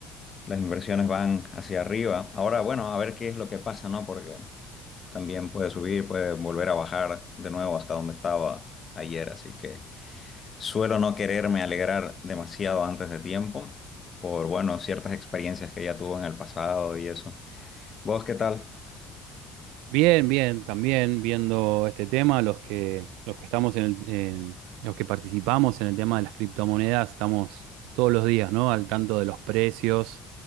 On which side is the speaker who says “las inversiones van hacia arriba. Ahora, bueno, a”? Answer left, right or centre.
Left